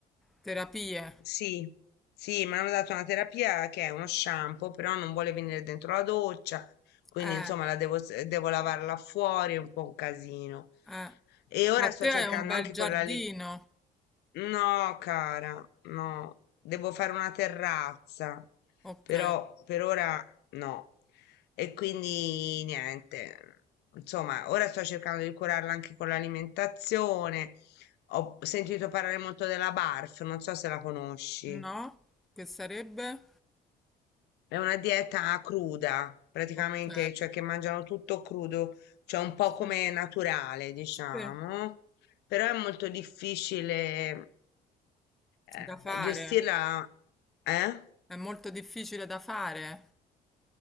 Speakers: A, in the centre; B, on the left (about 80°).
A: terapie?
B: Sì, sì, mi hanno dato una terapia che è uno shampoo, però non vuole venire dentro la doccia, quindi
A: Eh,
B: insomma la devo, s- devo lavarla fuori, è un po' un casino.
A: eh.
B: E ora
A: Ma
B: sto
A: te
B: cercando
A: hai un bel
B: anche con
A: giardino?
B: la, No, cara, no, devo fare una terrazza,
A: Ok.
B: però per ora no. E quindi niente, insomma, ora sto cercando di curarla anche con l'alimentazione. Ho sentito parlare molto della BARF, non so se la conosci.
A: No? Che sarebbe?
B: È una dieta cruda, praticamente,
A: Ok.
B: cioè che mangiano tutto crudo, cioè un po'
A: Sì,
B: come naturale, diciamo,
A: sì,
B: però è molto difficile eh,
A: da fare,
B: gestirla, eh?
A: è molto difficile da fare.